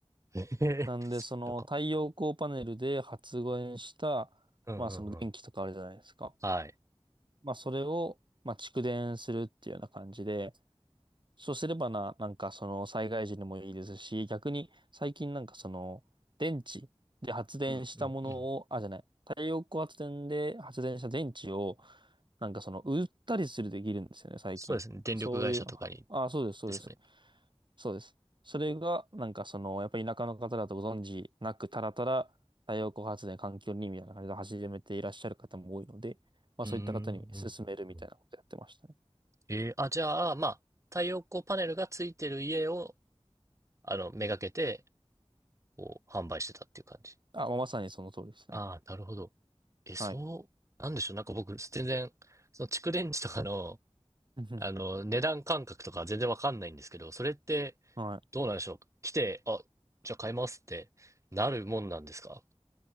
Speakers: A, on the right; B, on the right.
A: ええ
B: なんでその太陽光パネルで発電した、
A: <laughs> なんか、うんうんうん。
B: まあその電気とかあるじゃないですか。
A: はい。
B: まあそれを、まあ蓄電するっていうような感じで、そうすればな、なんかその災害時にもいいですし、逆に最近なんかその電池で発電したものを、
A: うんうんうん。
B: あ、じゃない、太陽光発電で発電した電池を、なんかその売ったりするできるんですよね、最近。
A: そうですね。電力会社とかに、
B: そういう、は、あ、そうです、そうです。
A: ですよね。
B: そうです。それが、なんかその、やっぱり田舎の方だとご存知なく、たらたら太陽光発電環境にみたいな感じで始めていらっしゃる方も多いので、まあそういった方に勧めるみたいなことやってましたね。
A: うーん、うんうんうん。えーあ、じゃあ、まあ、太陽光パネルがついてる家を、あの、めがけて、こう、販売してたっていう感じ。
B: あ、まあまさにその通りですね。
A: ああ、なるほど。え、そう、
B: はい。
A: なんでしょう。なんか僕、全然、その蓄電池とかの、
B: うん
A: あの、値段感覚とか全然わかんないんですけど、それって、
B: は
A: どうなんでしょう。来て、あ、じゃあ買いますってなるもんなんですか